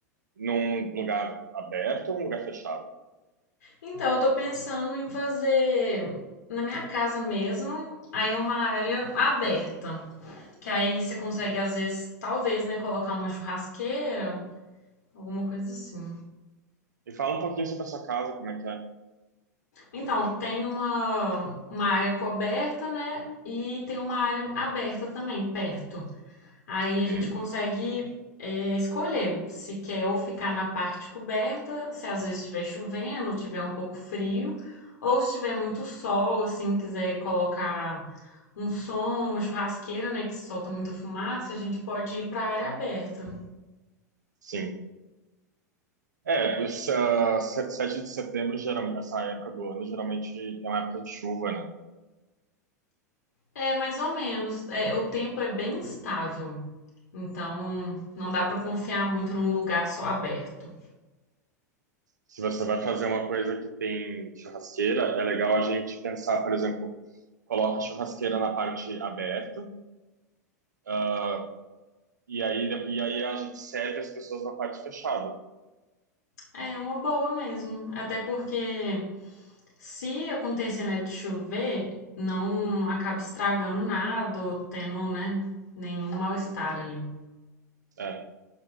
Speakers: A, on the right (about 80°); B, on the left (about 70°).
A: num lugar aberto ou um lugar fechado?
B: Então, eu tô pensando em fazer na minha casa mesmo, aí é uma área aberta. Que aí você consegue, às vezes, talvez, né, colocar uma churrasqueira, alguma coisa assim.
A: E fala um pouquinho sobre a sua casa, como é que é.
B: Então, tem uma, uma área coberta, né? E tem uma área aberta também, perto. Aí
A: Uhum.
B: a gente consegue é, escolher se quer ou ficar na parte coberta, se às vezes estiver chovendo, tiver um pouco frio, ou se tiver muito sol, assim, quiser colocar um som, uma churrasqueira, né, que solta muita fumaça, a gente pode ir para a área aberta.
A: Sim. É, essa, se- 7 de setembro, geralmente, essa época do ano, geralmente é uma época de chuva, né?
B: É, mais ou menos. É, o tempo é bem instável, então não dá pra confiar muito num lugar só aberto.
A: se você vai fazer uma coisa que tem churrasqueira, é legal a gente pensar, por exemplo, coloca a churrasqueira na parte aberta, ah, e aí, e aí a gente serve as pessoas na parte fechada.
B: É uma boa mesmo, até porque se acontecer, né, de chover, não, não acaba estragando nada ou tendo, né, nenhum mal-estar ali.
A: É.